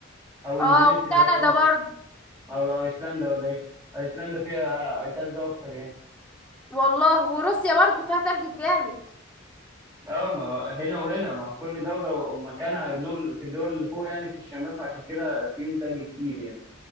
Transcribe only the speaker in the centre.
اه وكندا
برضو
والله وروسيا برضو فيها تلج جامد